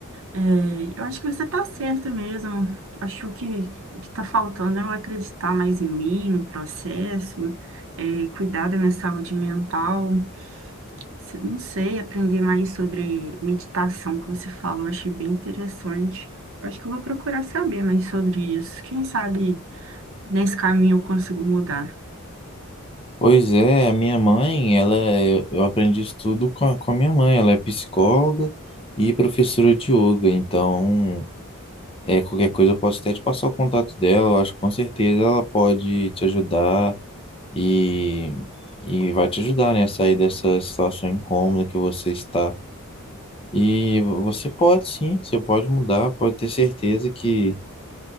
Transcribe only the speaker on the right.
É, eu acho que você está certo mesmo. Acho que o que está faltando é eu acreditar mais em mim, no processo, é, cuidar da minha saúde mental. Se- Não sei, aprender mais sobre meditação que você falou, achei bem interessante. Acho que eu vou procurar saber mais sobre isso. Quem sabe nesse caminho eu consigo mudar.